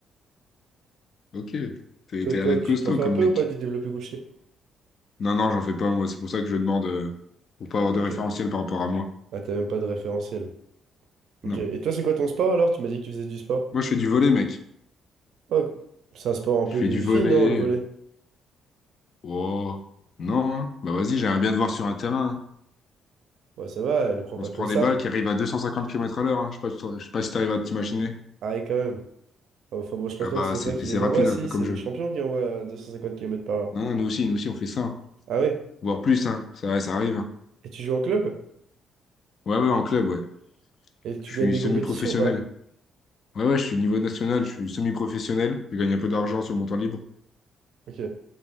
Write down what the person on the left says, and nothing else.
Ok. T'es-
T'as l'air
d'être
costaud
comme
mec.
Non, non, j'en fais pas, moi. C'est pour ça que je demande, euh, pour pas avoir
de référentiel par rapport à moi.
Non.
Moi, je fais du volley, mec.
Je
fais
du volley.
Oh. Non, hein. Bah, vas-y, j'aimerais bien te voir sur un terrain. hein.
On
se prend
des
balles qui arrivent à 250 km à l'heure. hein. Je sais pas, je sais pas si t'arrives à t'imaginer.
Ah
bah,
c'est
c'est
rapide,
hein,
comme jeu.
Non, non, nous aussi, nous aussi, on fait ça. hein.
voire plus, hein. Ça, ouais, ça arrive. hein.
Ouais, ouais, en club, ouais.
Je suis
semi-professionnel.
Ouais, ouais, je suis niveau national, je suis semi-professionnel. Je gagne un peu d'argent sur mon temps libre.